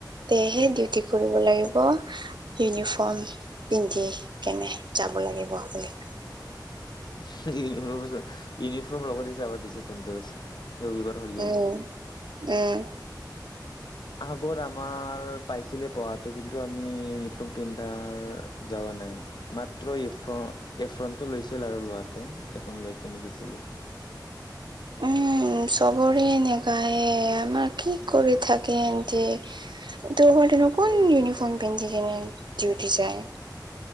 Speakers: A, on the right (about 75°); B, on the left (about 70°).
A: সেয়েহে ডিউটি কৰিব লাগিব ইউনিফৰ্ম পিন্ধি কেনে যাব লাগিব আপুনি
B: <inaudible> <unintelligible> ইউনিফৰ্ম লগতে যাবা দিছে <unintelligible> ৰবিবাৰ হ'লিও
A: উম উম
B: আগত আমাৰ পাইছিলে পঢ়াটো কিন্তু আমি ইউনিফৰ্ম পিন্ধাৰ যাৱ নাই মাত মাত্ৰফ এফ্ৰনটো লৈছিল আৰু লোৱাটো এফ্ৰন লৈ কিনি দিছিলে
A: উম চবৰে এনেকায়ে আমাৰ কি কৰি থাকে যে কনে কোন ইউনিফৰ্ম পিন্ধি যেনে দি উঠি যায়